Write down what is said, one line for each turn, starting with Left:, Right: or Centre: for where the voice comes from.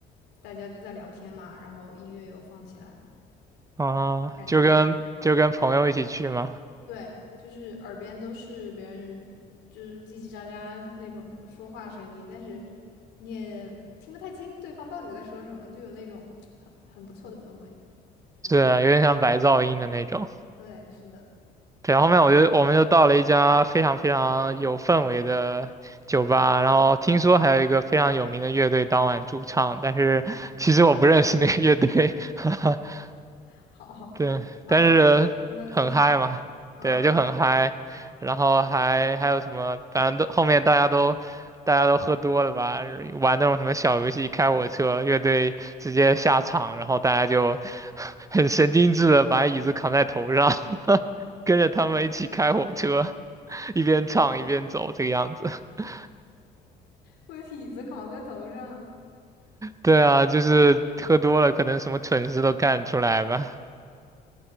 Left: 大家都在聊天嘛，然后音乐又放起来，
Right: 啊，
Left: 感觉。
Right: 就跟就跟朋友一起去嘛，
Left: 对，就是耳边都是别人就是叽叽喳喳那种说话声音，但是你也听不太清对方到底在说什么，就有那种很很不错的氛围。嗯，
Right: 对，有点像白噪音的那种。
Left: 对，是的，
Right: 对，后面我就我们就到了一家非常非常有氛围的酒吧，然后听说还有一个非常有名的乐队当晚驻唱，但是其实我不认识那个乐队。<laughs>
Left: 好，
Right: 对，
Left: 然后在就在那坐下了，
Right: 但是很嗨嘛，
Left: 嗯，
Right: 对，就很嗨，然后还还有什么，反正都后面大家都大家都喝多了吧，玩那种什么小游戏，开火车，乐队直接下场，然后大家就 <laughs> 很神经质的把椅子扛在头上，<laughs> 跟着他们一起开火车，一边唱一边走，这个样子。<laughs>
Left: 我的椅子扛在头上。
Right: 对啊，就是喝多了，可能什么蠢事都干出来吧。